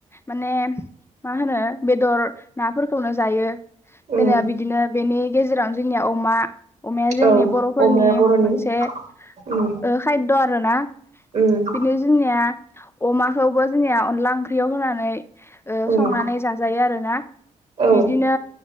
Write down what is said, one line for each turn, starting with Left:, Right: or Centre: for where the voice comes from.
Left: माने मा होनो बेदर नाफोरखौनो जायो
Right: उम
Left: <unintelligible> आ बिदिनो बेनि गेजेराव जोंनिया अमा अमाया जोंनि
Right: औ
Left: बर'फोरनि
Right: अमाया बर'नि
Left: मोनसे
Right: उम
Left: ओ खायद' आरो ना
Right: उम
Left: बिदिनो जोंनिया अमाखौबो जोंनिया लांख्रियाव होनानै फाय ओ
Right: उम
Left: संनानै दा जायो आरो ना
Right: औ
Left: बिनो